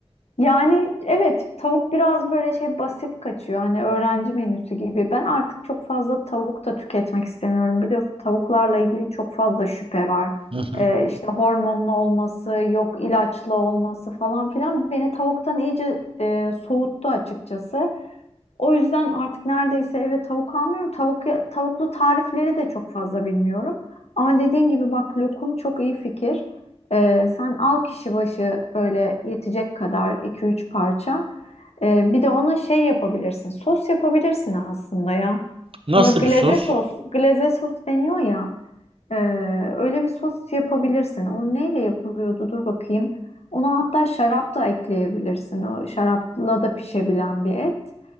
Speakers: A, on the left; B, on the right.
A: Yani evet tavuk biraz böyle şey basit kaçıyor. Hani öğrenci menüsü gibi. Ben artık çok fazla tavuk da tüketmek istemiyorum. Biliyorsun tavuklarla ilgili çok fazla şüphe var.
B: Hı hı.
A: Ee, işte hormonlu olması, yok ilaçlı olması falan filan beni tavuktan iyice e, soğuttu açıkçası. O yüzden artık neredeyse eve tavuk almıyorum. Tavuk tavuklu tarifleri de çok fazla bilmiyorum. Ama dediğin gibi bak lokum çok iyi fikir. Ee, sen al kişi başı böyle yetecek kadar iki üç parça. Ee, bir de ona şey yapabilirsin. Sos yapabilirsin aslında ya.
B: Nasıl
A: Ona glaze
B: bir sos?
A: sos, glaze sos deniyor ya. Ee, öyle bir sos yapabilirsin. O neyle yapılıyordu? Dur bakayım. Ona hatta şarap da ekleyebilirsin. O şarapla da pişebilen bir et.